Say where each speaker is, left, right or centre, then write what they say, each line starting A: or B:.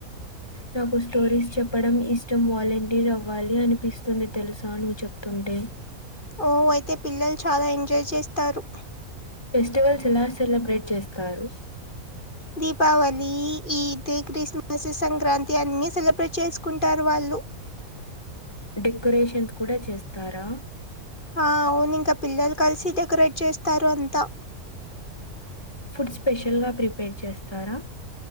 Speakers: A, on the left; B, on the left.
A: నాకు స్టోరీస్ చెప్పడం ఇష్టం. వాలంటీర్ అవ్వాలి అనిపిస్తుంది తెలుసా నువ్వు చెప్ తుంటే
B: ఓ అయితే పిల్లలు చాలా ఎంజాయ్ చేస్తారు.
A: ఫెస్టివల్స్ ఎలా సెలబ్రేట్ చేస్తారు?
B: దీపావళి, ఈద్, క్రిస్మస్, సంక్రాంతి అన్ని సెలబ్రేట్ చేసుకుంటారు వాళ్ళు.
A: డెక్కొరేషన్స్ కూడా చేస్తారా?
B: హా అవును ఇంక పిల్లలు కలిసి డెకొరేట్ చేస్తారు అంతా.
A: ఫుడ్ స్పెషల్ గా ప్రిపేర్ చేస్తారా?